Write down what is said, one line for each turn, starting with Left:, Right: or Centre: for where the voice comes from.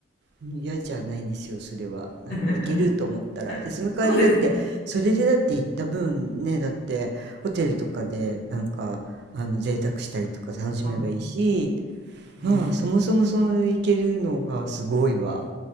Right: 嫌じゃないですよ、それは。なんか行けると思ったら。
Left: <laughs>
Right: で、その代わりだって、
Left: そうですね。
Right: それでだって行った分ね、だってホテルとかでなんか、あの、贅沢したりとか楽しめばいいし、
Left: あ本当に
Right: まあ、そもそもその行けるのがすごいわ。